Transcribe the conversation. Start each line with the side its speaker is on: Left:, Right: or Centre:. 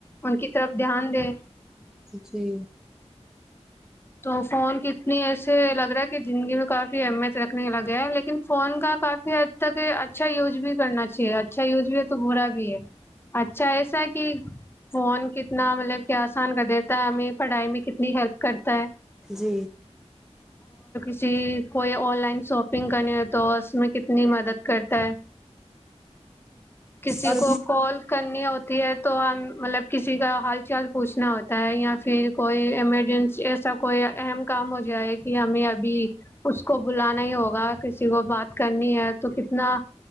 Left: ان کی طرف دھیان دے
Centre: جی
Left: تو فون کی اتنی ایسے لگ رہا ہے کہ زندگی میں کافی اہمیت رکھنے لگے ہے لیکن فون کا کافی حد تک اچھا یوز بھی کرنا چاہیے اچھا یوز بھی تو برا بھی ہے اچھا ایسا کہ فون کتنا مطلب کہ آسان کر دیتا ہے ہمیں پڑھائی میں کتنی ہیلپ تا ہے
Centre: جی
Left: جی کوئی آن لائن شاپنگ کرنی ہو تو اس میں کتنی مدد کرتا ہے کسی
Centre: اور
Left: کو کال کرنی ہوتی ہے تو ہم مطلب کسی کا حال چال پوچھنا ہوتا ہے یا پھر کوئی ایمرجنسی ایسا کوئی اہم کام ہو جائے کہ ہمیں ابھی اس کو بلانا ہی ہوگا کسی کو بات کرنی ہے تو کتنا